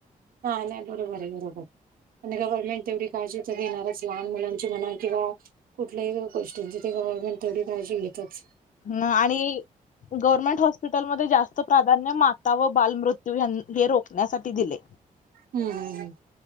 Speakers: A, on the right; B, on the left.
A: हा नाही बरोबर आहे बरोबर आणि गव्हर्नमेंट तेवढी काळजी तर घेणारच लहान मुलांची म्हणा किंवा कुठल्याही गोष्टींची ते गव्हर्नमेंट तेवढी काळजी घेतेच.
B: म आणि गव्हर्नमेंट हॉस् स्पिटल म जास्त प्राधान्य माता व बालमृत्यू ह्या हे रोखण्यासाठी दिले.
A: हम्म हम्म